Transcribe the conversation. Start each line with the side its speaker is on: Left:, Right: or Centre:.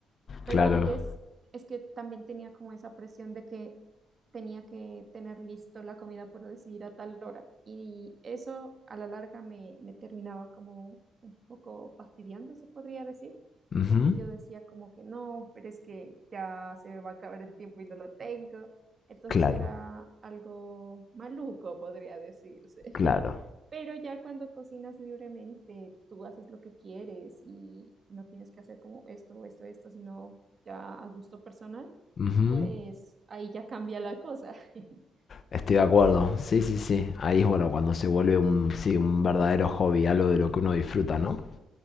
Right: Pero
Left: Claro.
Right: antes es que también tenía como esa presión de que tenía que tener listo la comida, por decir, a tal hora. Y eso a la larga me, me terminaba como un poco fastidiando, se podría decir,
Left: Ujú.
Right: porque yo decía como que no, pero es que ya se me va a acabar el tiempo y no lo tengo. Entonces
Left: Claro.
Right: era algo maluco, podría decirse.
Left: Claro,
Right: <laughs> Pero ya cuando cocinas libremente, tú haces lo que quieres y no tienes que hacer como esto o esto, esto, sino ya a gusto personal
Left: Ujú.
Right: pues ahí ya cambia la cosa. <laughs>
Left: estoy de acuerdo. Sí, sí, sí. Ahí es bueno cuando se vuelve un, sí, un verdadero hobby, algo de lo que uno disfruta, ¿no?